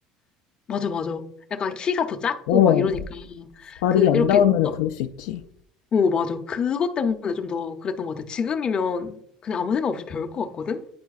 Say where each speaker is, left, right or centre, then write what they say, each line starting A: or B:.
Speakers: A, on the left; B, on the left.
A: 맞아, 맞아. 약간 키가 더 작고
B: 어,
A: 막 이러니까,
B: 말이
A: 그,
B: 안
A: 이렇게
B: 닿으면
A: 어,
B: 그럴 수 있지.
A: 오, 맞아. 그것 때문에 좀 더 그랬던 것 같아. 지금이면 그냥 아무 생각 없이 배울 것 같거든?